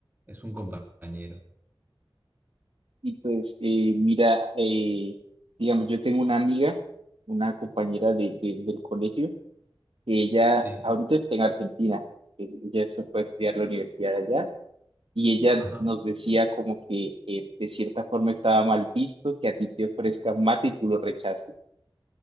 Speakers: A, on the right (about 20°); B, on the right (about 80°).
A: Es un compañero.
B: Y pues, eh, mira, eh, digamos, yo tengo una amiga, una compañera de, de- del colegio, que ella
A: Sí.
B: ahorita está en Argentina, eh, ella se fue a estudiar la universidad allá, y ella
A: Ajá.
B: nos decía como que eh, de cierta forma estaba mal visto que a ti te ofrezcan mate y tú lo rechaces.